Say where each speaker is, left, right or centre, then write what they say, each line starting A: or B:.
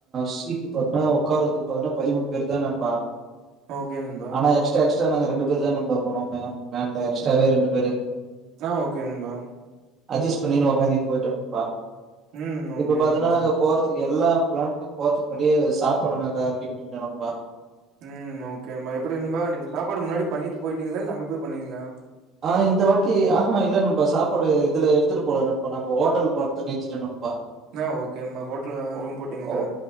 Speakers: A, on the right (about 35°); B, on the right (about 60°).
A: சீட் பாத்தன்னா உட்காரதுக்கு பாத்தன்னா பதிமூணு பேரு தா நம்பா
B: ஓகே நண்பா
A: ஆனா எக்ஸ்ட்ரா எக்ஸ்ட்ரா நாங்க ரெண்டு பேரு தா வந்து போனோமே வேன்ல எக்ஸ்ட்ராவே
B: ந
A: ரெண்டு பேரு
B: ஆ ஓகே நம்பா
A: அட்ஜஸ்ட் பண்ணின்னு உட்காந்துனே போயிட்டேம்பா
B: ம் ஓகே
A: இப்ப பாத்தீனா
B: நண்பா
A: நாங்க போறதுக்கு எல்லா பிளானுக்கு போறதுக்கு முன்னாடியே சாப்பாடு நாங்க ரெடி பண்ணிடோ நண்பா
B: ம் ஓகேமா எப்படி நண்பா நீங்க சாப்பாடு முன்னாடி பண்ணிட்டு போயிட்டீங்களா இல்ல அங்க போய் பண்ணீங்களா
A: ஆ இந்த வாட்டி ஆ ஹா இல்ல நண்பா சாப்பாடு இதுல எடுத்துட்டு போல நண்பா நம்மோ ஹோட்டல்ல பாத்து நீச்சுட்டே நண்பா
B: ஆ ஓகே நண்பா ஹோட்டல்லல
A: ஓ
B: ரூம் போட்டீங்ளா